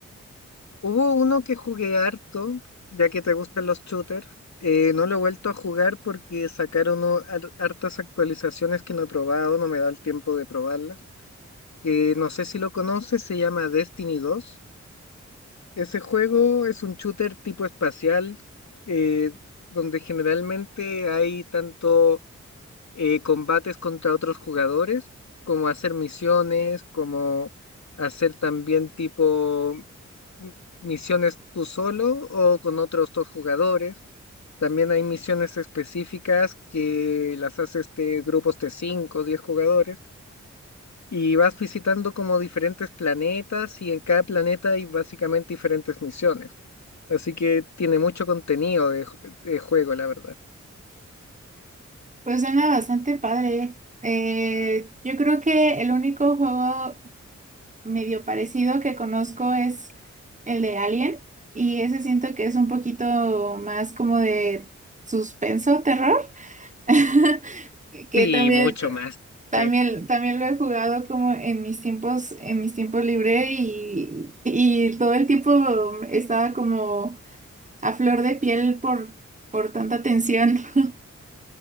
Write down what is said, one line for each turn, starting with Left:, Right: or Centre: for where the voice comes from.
Left: Hubo uno que jugué harto, ya que te gustan los shooters. Eh, no lo he vuelto a jugar porque sacaron o- har- hartas actualizaciones que no he probado, no me da el tiempo de probarlas. Eh, no sé si lo conoces, se llama Destiny dos Ese juego es un shooter tipo espacial, eh, donde generalmente hay tanto eh, combates contra otros jugadores, como hacer misiones, como hacer también tipo m- misiones tú solo o con otros dos jugadores. También hay misiones específicas que las hace este grupos de 5, o 10 jugadores y vas visitando como diferentes planetas y en cada planeta hay básicamente diferentes misiones. Así que tiene mucho contenido de, ju- de juego, la verdad.
Right: Pues suena bastante padre. Eh, yo creo que el único juego medio parecido que conozco es el de Alien y ese siento que es un poquito más como de suspenso, terror, <laughs> que
Left: Sí,
Right: también
Left: mucho más.
Right: también,
Left: sí.
Right: también lo he jugado como en mis tiempos, en mis tiempos libres y, y todo el tiempo estaba como a flor de piel por, por tanta tensión. <laughs>